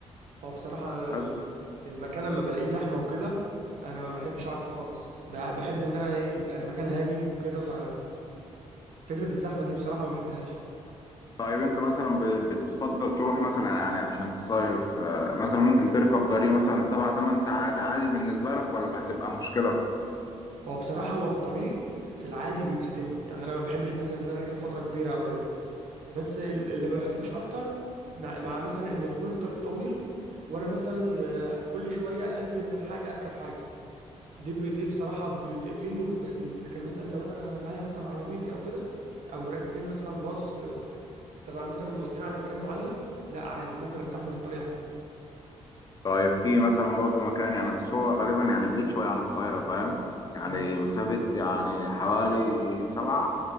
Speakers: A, on the right (about 85°); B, on the left (about 35°).
A: هو بصراحه أنا
B: بس
A: ال- المكان اما بلاقيه زحمه وكده انا ما بحبش اقعد فيه خالص ب- بحب ان انا إيه يبقى المكان هادي وكده ففكره الزحمه دي بصراحه ما بحبهاش
B: طيب انت مثلا ب- بتفضل تروح مثلا يعني عشان تصيف آه، مثلا ممكن تركب طريق مثلا سبع تمن ساعات عادي بالنسبه لك ولا هتبقى مشكله
A: هو بصراحه هو الطريق في العادي بيبهدلني يعني انا ما بحبش مثلا ان انا اركب فتره كبيره او كده بس ال- اللي ما بحبوش اكتر مع, مع مثلا ان تكون الطريق طويل وانا مثلا آه، كل شويه انزل من حاجه اركب حاجه دي ب- دي بصراحة بتقفلني وبتبهدلني لكن مثلا لو أنا معايا مثلا عربيتي أو كده أو راكبين مثلا باص آه، تبع مثلا مودينا على مكان معين لا عادي ممكن أستحمل الطريق عادي
B: طيب في مثلا برضو مكان يعني بس هو غالبا يعني بعيد شويه عن القاهره فاهم يعني
A: اه
B: مسافه يعني حوالي سبع